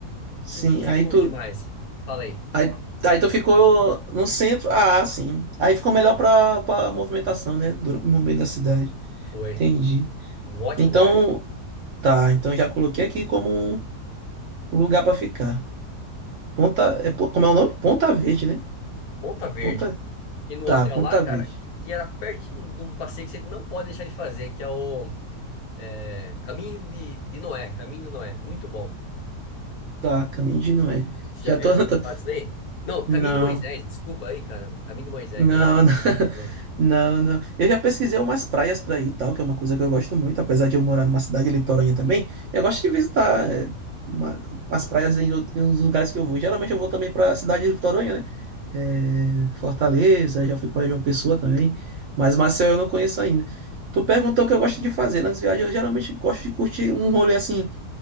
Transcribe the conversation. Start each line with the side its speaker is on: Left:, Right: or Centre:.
Right: Sim,
Left: O que, que, que
Right: aí
Left: você curte
Right: tu,
Left: mais? Fala aí.
Right: aí, aí tu ficou no centro, ah, sim. Aí ficou melhor pra, pra movimentação, né, dur- no meio da cidade.
Left: Foi.
Right: Entendi.
Left: Um ótimo
Right: Então,
Left: bairro.
Right: tá, então já coloquei aqui como um um lugar pra ficar. Ponta, é, po- como é o nome? Ponta Verde, né?
Left: Ponta Verde.
Right: Ponta,
Left: E no
Right: tá,
Left: hotel
Right: Ponta
Left: lá, cara,
Right: Verde.
Left: que, que era pertinho de um passeio que você não pode deixar de fazer, que é o é, Caminho de, de Noé. Caminho de Noé. Muito bom.
Right: Tá, Caminho de Noé.
Left: Você
Right: Já
Left: já viu?
Right: tô, <laughs>
Left: Já ouviu
Right: tô-
Left: falar disso daí? Não,
Right: não,
Left: Caminho de Moisés. Desculpa aí, caramba. Caminho de Moisés.
Right: não,
Left: Eu não sou muito religioso.
Right: Não, não. Eu já pesquisei umas praias para ir e tal, que é uma coisa que eu gosto muito, apesar de eu morar numa cidade litorânea também. Eu gosto de visitar é, uma- umas praias em, out- em uns lugares que eu vou. Geralmente eu vou também para cidade litorânea, né? É, Fortaleza, já fui para João Pessoa também, mas Maceió eu não conheço ainda. Tu perguntou o que eu gosto de fazer nas viagens. Eu geralmente gosto de curtir um rolê assim,